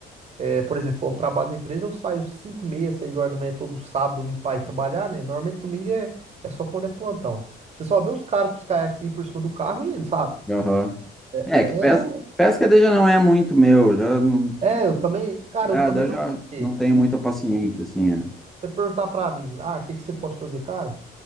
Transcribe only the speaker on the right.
é, por exemplo, quando eu trabalho na empresa, eu saio 5 e meia, 6 horas da manhã, todo sábado, domingo, para ir trabalhar, né? Normalmente, domingo é, é só quando é plantão. Você só vê os caras com os caiaques por cima do carro e indo, sabe?
É,
é,
é, eu também, cara,
eu também
não.
sei.
Você perguntar pra mim, ah, o que que você gosta de fazer, cara?